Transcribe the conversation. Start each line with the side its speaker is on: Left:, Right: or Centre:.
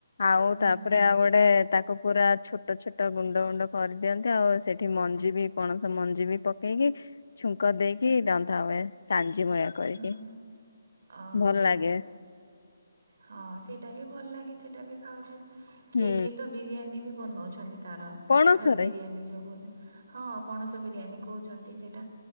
Left: ଆଉ
Right: ହୁଁ
Left: ତାପରେ ଆଉ ଗୋଟେ ତାକୁ ତା ପୁରା ଛୋଟ ଛୋଟ ଗୁଣ୍ଡ ଗୁଣ୍ଡ କରିଦିଅନ୍ତି ଆଉ ସେଠି ମଞ୍ଜି ବି ପଣସ ମଞ୍ଜି ବି ପକେଇକି ଛୁଙ୍କ ଦେଇକି ରନ୍ଧା ହୁଏ ତାଞ ଜିମଳିଆ କରିକି
Right: ହଁ ଓହୋ
Left: ଭଲ ଲାଗେ।
Right: ହଁ ହଁ ସେଇଟା ବି ଭଲ ଲାଗେ ସେଇଟା ବି ଖାଉଛୁ କିଏ
Left: ହୁଁ
Right: କିଏ ତ ବିରିୟାନୀ ବି ବନଉଛନ୍ତି। ତାର
Left: ପଣସରେ
Right: କଥଲ ବିରିୟାନୀ ଯୋଉ କହନ୍ତି ହଁ ପଣସ ବିରିୟାନୀ କହୁଛନ୍ତି ସେଟା।